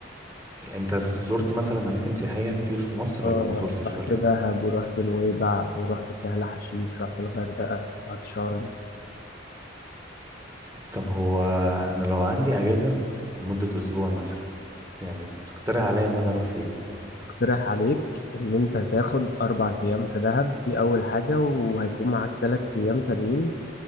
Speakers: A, on the right; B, on the left.
A: يعني أنت زرت مثلا أماكن سياحية كتير في مصر
B: آه،
A: ولا ما زرتش
B: رحت
A: ولا
B: دهب ورحت نويبع ورحت سهل حشيش رحت الغردقة رحت شرم
A: طب هو انا لو عندي اجازه لمده اسبوع مثلا يعني تقترح عليا ان انا اروح فين
B: اقترح عليك ان انت تاخد اربع ايام في دهب دي اول حاجة وهيكون معاك تلات ايام تانيين